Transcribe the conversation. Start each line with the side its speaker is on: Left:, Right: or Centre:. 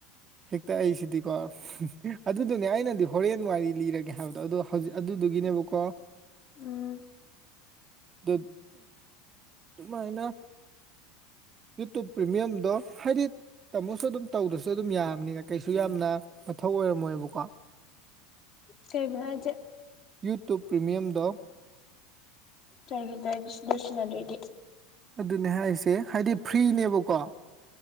Right: ꯍ ꯇ ꯑꯩ ꯁꯤꯗꯤꯀꯣ ꯑꯗꯨꯗꯨꯅꯦ ꯑꯩꯅꯗꯤ ꯍꯣꯔꯦꯟ ꯋꯥꯔꯤ ꯂꯤꯔꯒꯦ ꯍꯥꯏꯕꯗꯣ ꯑꯗꯣ ꯍꯧꯖꯤꯛ ꯑꯗꯨꯗꯨꯒꯤꯅꯦꯕꯀꯣ
Left: ꯎꯝ
Right: ꯑꯗꯨ ꯑꯗꯨꯃꯥꯏꯅ ꯌꯣ ꯄꯤꯃꯌꯝ ꯑꯗꯣ ꯍꯥꯏꯗꯤ ꯇꯥꯃꯣꯁꯨ ꯑꯗꯨꯝ ꯇꯧꯗ꯭ꯔꯁꯨ ꯑꯗꯨꯝ ꯌꯥꯝꯅꯤꯅ ꯀꯩꯁꯨ ꯌꯥꯝꯅ ꯛ ꯑꯣꯏꯔꯝꯃꯣꯏꯕꯀꯣ
Left: ꯀꯩꯕꯨꯅꯣ ꯍꯥꯏꯖꯦ
Right: ꯌꯨꯇꯨꯞ ꯄ꯭ꯔꯤꯃꯤꯌꯝꯗ
Left: ꯇꯒꯤꯗ ꯏꯗꯤꯗꯔꯁꯟ ꯑꯗꯨ ꯏꯗꯤ
Right: ꯑꯗꯨꯅꯦ ꯍꯥꯏꯁꯦ ꯍꯥꯏꯗꯤ ꯐ꯭ꯔꯤꯅꯦꯕꯀꯣ